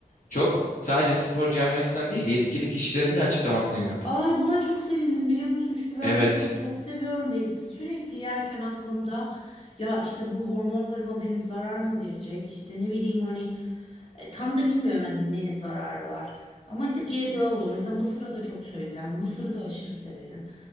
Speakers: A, on the left; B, on the left.
A: Çok. Sadece spor camiasından değil, yetkili kişilerin de açıklamasını gördüm.
B: Ay buna çok sevindim biliyor musun? Çünkü ben
A: Evet,
B: tavuğu çok seviyorum ve sürekli yerken aklımda ya işte bu hormonlarıma benim zarar mı verecek? İşte ne bileyim hani e, tam da bilmiyorum hani ne zarar var. Ama işte GDO'lu mesela mısıra da çok söylediler. Mısırı da aşırı severim.